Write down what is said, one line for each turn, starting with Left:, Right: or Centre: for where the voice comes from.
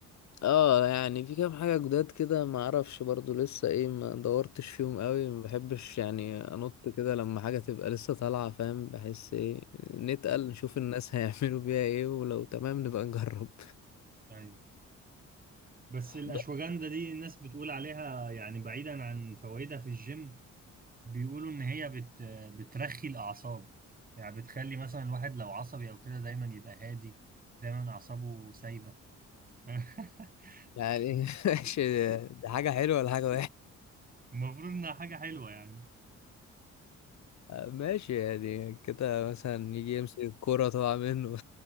Left: اه يعني في كام حاجة جداد كده ما أعرفش برضو لسه إيه ما دورتش فيهم قوي ما بحبش يعني أنط كده لما حاجة تبقى لسه طالعة فاهم بحس إيه نتقل
Right: مم.
Left: نشوف الناس <laughs> هيعملوا بيها إيه ولو تمام نبقى نجرب
Right: ايوه بس الاشواجندا
Left: بس
Right: دي الناس بتقول عليها يعني بعيدا عن فوائدها في الجيم بيقولوا ان هي بت بترخي الاعصاب يعني بتخلي مثلا الواحد لو عصبي او كده دايما يبقى هادي دايما اعصابه سايبة <laughs>
Left: يعني <laughs> ماشي دي حاجة حلوة ولا حاجة
Right: المفروض انها حاجة حلوة يعني
Left: ماشي يعني كده مثلا يجي يمسك الكورة طبعا منه